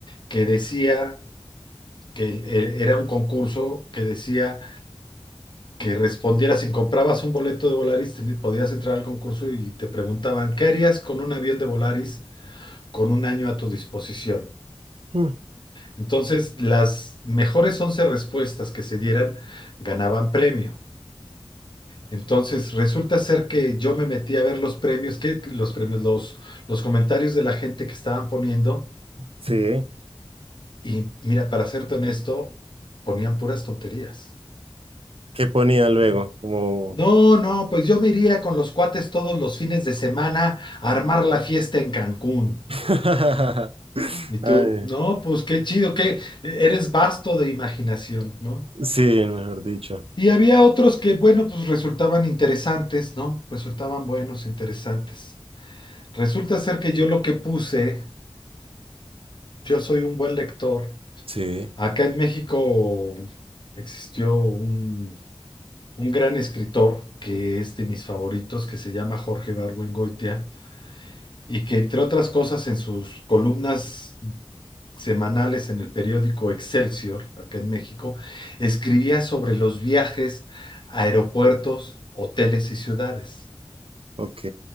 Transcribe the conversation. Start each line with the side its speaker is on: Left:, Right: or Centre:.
Left: que decía que el- e- era un concurso que decía que respondieras, si comprabas un boleto de Volaris, teni- podías entrar al concurso y te preguntaban, ¿qué harías con un avión de Volaris con un año a tu disposición?
Right: Mm,
Left: Entonces, las mejores 11 respuestas que se dieran ganaban premio. Entonces, resulta ser que yo me metí a ver los premios, que los premios, los, los comentarios de la gente que estaban poniendo,
Right: Sí.
Left: y mira, para serte honesto, ponían puras tonterías.
Right: ¿Qué ponía luego? Como...
Left: No, no, pues yo me iría con los cuates todos los fines de semana a armar la fiesta en Cancún.
Right: <laughs>
Left: ¿Y tú?
Right: Ay,
Left: No, pues qué chido, que eres vasto de imaginación, ¿no?
Right: sí, mejor dicho.
Left: Y había otros que, bueno, pues resultaban interesantes, ¿no? Resultaban buenos, interesantes. Resulta ser que yo lo que puse, yo soy un buen lector.
Right: Sí,
Left: Acá en México existió un, un gran escritor que es de mis favoritos, que se llama Jorge Goitia y que entre otras cosas en sus columnas semanales en el periódico Excelsior, acá en México, escribía sobre los viajes a aeropuertos, hoteles y ciudades.
Right: ok,